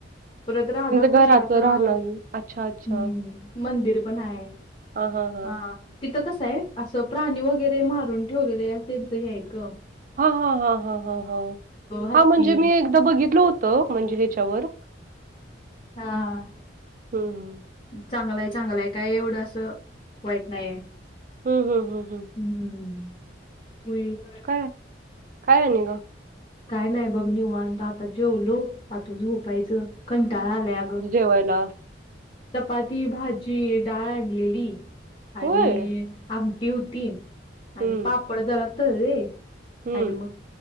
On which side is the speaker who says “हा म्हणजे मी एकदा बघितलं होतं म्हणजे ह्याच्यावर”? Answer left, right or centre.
Right